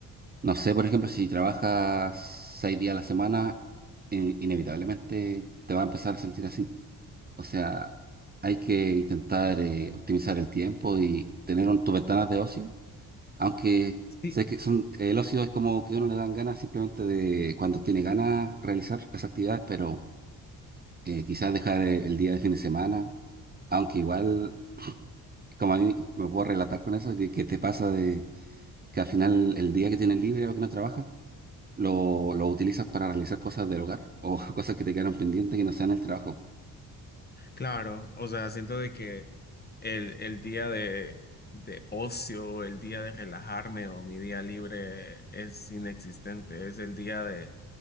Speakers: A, on the right; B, on the left.
A: No sé, por ejemplo, si trabajas seis días a la semana, in- inevitablemente te va a empezar a sentir así. O sea, hay que intentar eh, optimizar el tiempo y tener un- tus ventanas de ocio, aunque
B: Sí.
A: sé que son, el ocio es como que a uno le dan ganas simplemente de cuando tiene ganas realizar las actividades, pero eh, quizás dejar eh, el día de fin de semana, aunque igual, como a mí me puedo relatar con eso, que, que te pasa de que al final el día que tienes libre o que no trabajas, lo, lo utilizas para realizar cosas del hogar o <laughs> cosas que te quedaron pendientes que no sean el trabajo.
B: Claro, o sea, siento de que el, el día de, de ocio, el día de relajarme o mi día libre es inexistente. Es el día de,